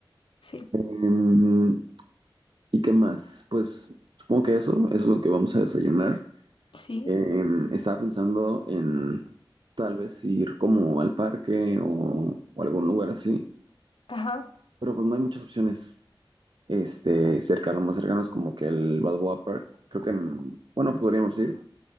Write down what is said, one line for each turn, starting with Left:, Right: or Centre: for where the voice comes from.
Left: Sí,
Right: Em, ¿y qué más? Pues supongo que eso, eso es lo que vamos a desayunar.
Left: sí.
Right: Eh, Em, estaba pensando en tal vez ir como al parque o, o algún lugar así,
Left: Ajá.
Right: pero pues no hay muchas opciones. Este, cerca, lo más cercano es como que el Balboa Park. Creo que, mm, bueno, podríamos ir,